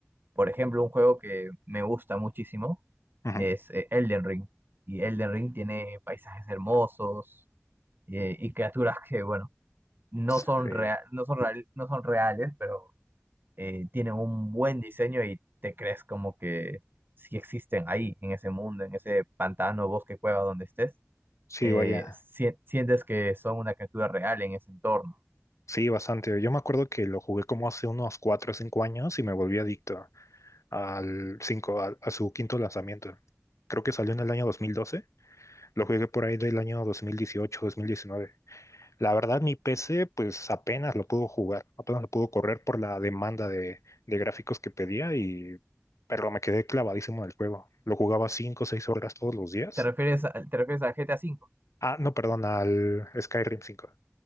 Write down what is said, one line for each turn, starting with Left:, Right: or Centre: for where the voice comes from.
Right: Por ejemplo, un juego que me gusta muchísimo
Left: Ujú.
Right: es eh, Elden Ring. Y Elden Ring tiene paisajes hermosos eh, y criaturas que, bueno, no
Left: Sí,
Right: son rea- no son real- no son reales, pero eh, tienen un buen diseño y te crees como que sí existen ahí, en ese mundo, en ese pantano, bosque, cueva, donde estés.
Left: sí,
Right: Eh,
Left: vaya,
Right: si- sientes que son una criatura real en ese entorno.
Left: sí, bastante. Yo me acuerdo que lo jugué como hace unos cuatro o cinco años y me volví adicto al 5 a, a su quinto lanzamiento. Creo que salió en el año dos mil doce lo jugué por ahí del año dos dos mil dieciocho dos mil diecinueve La verdad, mi PC, pues apenas lo pudo jugar, apenas lo pudo correr por la demanda de, de gráficos que pedía y, pero me quedé clavadísimo en el juego. Lo jugaba 5 o 6 horas todos los días.
Right: ¿Te refieres, a- te refieres al GTA V?
Left: Ah, no, perdón, al Skyrim cinco